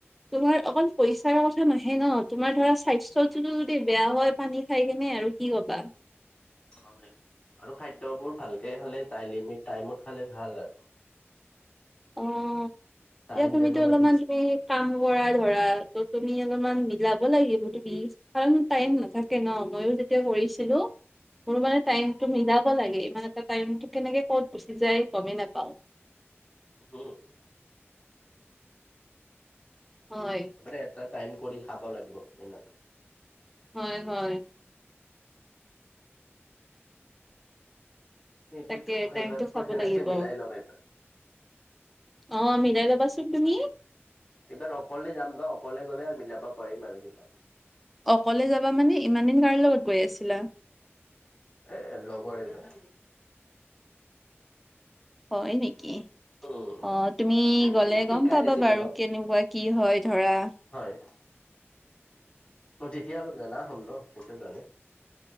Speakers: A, in the centre; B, on the left.
A: তোমাৰ অকল পইচাৰৰ কথা নাহে ন তোমাৰ ধৰা স্বাস্থ্যটতো যদি বেয়া হয়। পানী খাই কেনে আৰু কি কবা।
B: অহ হয় আৰু খাদ্যবোৰ ভালকে খালে লিমিট টাইমত খালে ভাল আৰু
A: অ
B: টাইম
A: এতিয়া তুমি
B: টেবলত
A: টো অলপমান সেই। কাম কৰা ধৰা, ত তুমি অলপমান মিলাব লাগিব তুমি, কাৰণ টাইম নাথাকে ন ময়ো যেতিয়া কৰিছিলো। মোৰ মানে টাইমটো মিলাব লাগে মানে টাইমটো কেনেকে ক'ত গুচি যায় গমেই নেপাওঁ।
B: শুম,
A: হয়।
B: মানে এটা টাইম কৰি খাব লাগিব এনেকে।
A: হয় হয়।
B: সেইটোতো
A: তাকে
B: সেইবাৰ
A: টাইমটো
B: পৰা
A: চাব
B: সেনেকে
A: লাগিব।
B: মিলাই ল'ম এইবাৰ।
A: অ মিলাই লাবাচোন তুমি।
B: এইবাৰ অকলে যাম ন অকলে গলে আৰু মিলাব পাৰিম আৰু কিবা কে।
A: অকলে যাবা মানে ইমান দিন কাৰ লগত গৈ আছিলা।
B: এ লগৰ এজন।
A: হয় নেকি।
B: উম
A: অ তুমি গলে
B: শিকাই
A: গম পাবা
B: আছিল
A: বাৰু
B: অলপ
A: কেনেকুৱা কি হয় ধৰা।
B: হয়। অ তেতিয়া অলপ জানা হ'ম ন সেইটো কাৰণে।